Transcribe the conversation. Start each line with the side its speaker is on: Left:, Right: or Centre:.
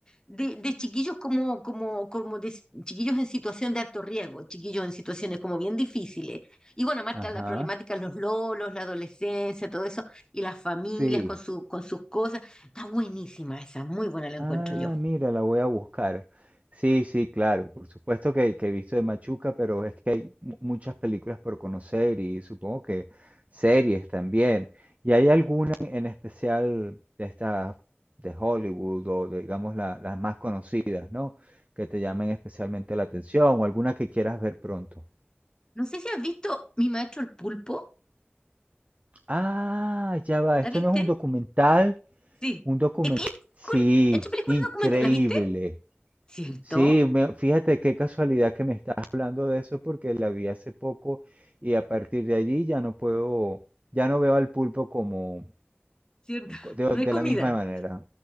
Left: de, de chiquillos como, como, como de s- chiquillos en situación de alto riesgo, chiquillos en situaciones como bien difíciles. Y bueno, más está
Right: Ajá.
Left: la problemática, los lolos, la adolescencia, todo eso, y las familias
Right: Sí.
Left: con su, con sus cosas. Está buenísima esa, muy buena la encuentro
Right: Ah,
Left: yo.
Right: mira, la voy a buscar. Sí, sí, claro, por supuesto que, que he visto de Machuca, pero es que hay mu- muchas películas por conocer y supongo que series también. ¿Y hay alguna en especial de estas de Hollywood o de, digamos la- las más conocidas, ¿no? Que te llamen especialmente la atención o alguna que quieras ver pronto.
Left: No sé si has visto Mi Maestro el Pulpo,
Right: Ah, ya va,
Left: ¿la
Right: esto
Left: viste?
Right: no es un documental,
Left: Sí,
Right: un documental.
Left: es que es
Right: Sí,
Left: película- entre película
Right: increíble.
Left: documental, ¿la viste? ¿Cierto?
Right: Sí, me- fíjate qué casualidad que me estás hablando de eso porque la vi hace poco y a partir de allí ya no puedo, ya no veo al pulpo como
Left: ¿Cierto?
Right: co- de,
Left: No
Right: de
Left: hay comida.
Right: la misma manera.